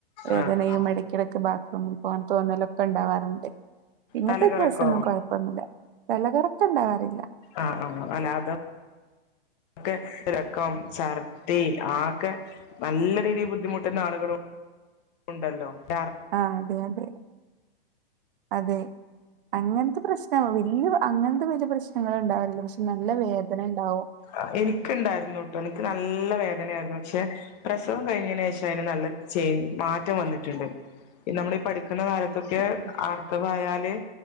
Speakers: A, on the right; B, on the left.
A: വേദനയും
B: ആഹ് ആഹ്
A: എട കിടക്ക് ബാത്റൂമി പോകാൻ തോന്നലൊക്കെ ഉണ്ടാവാറുണ്ട് പിന്നത്തെ
B: തലകറക്കോ
A: ദിവസോന്നും കൊഴപ്പൊന്നുല്ല തല കറക്കം ഉണ്ടാവാറില്ല
B: ആഹ് ആഹ് അലാതെ ക്കെ റക്കം ഛർദി ആകെ നല്ല രീതിയിൽ ബുദ്ധിമുട്ടുന്ന ആളുകളും ഉണ്ടല്ലോ ച
A: ആഹ് അതെ അതെ അതെ അങ്ങൻത്തെ പ്രശ് ഇല്ല വെല്ല്യെ അങ്ങൻത്തെ വലിയ പ്രശ്നങ്ങള്ണ്ടാവലില്ല പക്ഷെ നല്ല വേദനേണ്ടാവും.
B: അഹ് എനിക്ക് ഇണ്ടായിര്ന്നുട്ടൊ എനിക്ക് നല്ല വേദനേയിരുന്നു പക്ഷെ- പ്രസവം കഴിഞ്ഞേന്ശേഷം അയിന് നല്ല ചേ, മാറ്റം വന്നിട്ട്ണ്ട് നമ്മളീ പഠിക്ക്ണ കാല- ക്കെ
A: ഓഹ്
B: ആർഥവായാല്